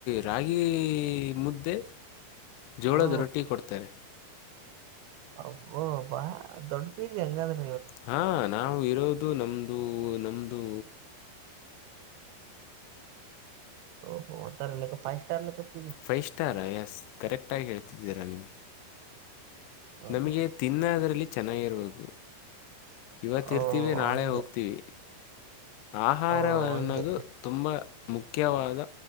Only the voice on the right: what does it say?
ಓ
ಅಬ್ಬೋಬ ದೊಡ್ ಪಿಜಿ ಅಗದ್ರೆ.
ಓಹೋ ಹೋಗ್ತಾರಾ ಫೈವ್ ಸ್ಟಾರ್ಕ್ಕೆ.
ಓಹೋ
ಓ
ಹಂಗೆ
ಓ
ಹಂಗೆ